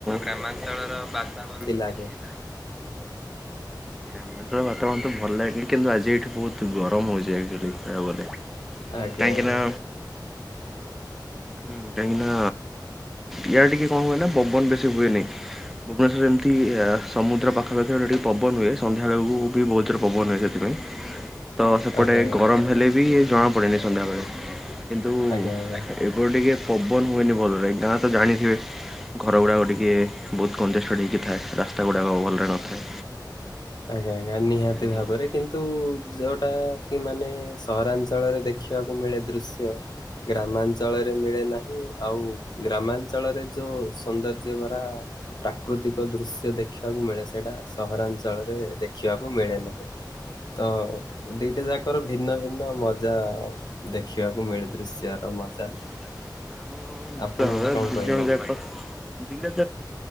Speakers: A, in the centre; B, on the left (about 60°).
A: ଗ୍ରାମାଞ୍ଚଳର ବାତାବରଣ
B: ଲାଗେ?
A: କେମିତି? ଆମଞ୍ଚଳର ବାତାବରଣତ ଭଲ ଲାଗେ କିନ୍ତୁ ଆଜି ଏଇଠି ବହୁତ୍ ଗରମ ହଉଚି <unintelligible> କହିବାକୁ ଗଲେ।
B: ଆଜ୍ଞା
A: କାହିଁକିନା
B: ଆଜ୍ଞା
A: ହୁଁ କାହିଁକିନା ୟାଡେ ଟିକେ କଣ ହୁଏନା ବବନ ବେଶି ହୁଏନି? ଭୁବନେଶ୍ୱରରେ ଏମିତି ସମୁଦ୍ର ପାଖାପଖରେ ଗଲେ ଟିକେ ପବନ ହୁଏ ସନ୍ଧ୍ୟାବେଳକୁବି ବହୁତ୍ ଜୋରେ ପବନ ହୁଏ ସେଥିପାଇଁ। <inaudible> ତ ସେପଟେ
B: ଆଜ୍ଞା ଆଜ୍ଞା
A: ଗରମ ହେଲେବି ଜଣାପଡ଼େନି ସନ୍ଧ୍ୟାବେଳେ କିନ୍ତୁ
B: ଆଜ୍ଞା ଆଜ୍ଞା।
A: ଏପଟେ ଟିକେ ପବନ ହୁଏନି ଭଲରେ ଗାଁତ ଜାଣିଥିବେ? ଘର ଗୁଡ଼ାକ ଟିକିଏ ବହୁତ କଞ୍ଜେଷ୍ଟେଡ଼୍ ହୋଇକି ଥାଏ ରାସ୍ତା ଗୁଡ଼ାକ ଭଲରେ ନ ଥାଏ।
B: ଆଜ୍ଞା ଆଜ୍ଞା ନିହାତି
A: ହୁଁ।
B: ଭାବରେ କିନ୍ତୁ ଯୋଉଟା କି ମାନେ ସହରାଞ୍ଚଳରେ ଦେଖି। <unintelligible> ମିଳେ ଦୃଶ୍ୟ। ଗ୍ରାମାଞ୍ଚଳରେ ମିଳେ ନାହିଁ ଆଉ ଗ୍ରାମାଞ୍ଚଳରେ ଯୋଉ ସୌନ୍ଦର୍ଯ୍ୟ ଭରା। ପ୍ରାକୃତିକ ଦୃଶ୍ୟ ଦେଖିବାକୁ ମିଳେ ସେଇଟା ସହରାଞ୍ଚଳରେ ଦେଖିବାକୁ ମିଳେ ନାହିଁ। ତ ଦିଟା ଯାକର ଭିନ୍ନ ଭିନ୍ନ ମଜା। ଦେଖିବାକୁ ମିଳେ ଦୃଶ୍ୟ ର ମଜା।
A: <inaudible>
B: ଆପଣ କଣ
A: <inaudible> ସ୍ଥାନରେ
B: କହିବେ?
A: ଠିକ୍